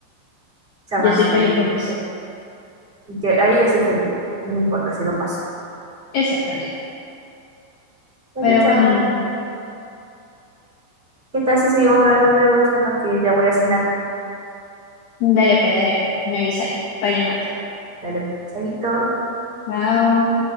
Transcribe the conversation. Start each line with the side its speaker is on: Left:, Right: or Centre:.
Right: chama,
Left: Yo soy
Right: sí.
Left: feliz con eso.
Right: Y que ahí yo soy feliz. No me importa si no paso.
Left: Exactamente.
Right: Bueno,
Left: Pero
Right: chama,
Left: bueno, mijo.
Right: ¿qué tal si seguimos hablando luego, chama? Que ya voy a cenar.
Left: Dale pues, dale pues. Me avisáis. Vaya mate.
Right: Dale, pues, chaito.
Left: Chao.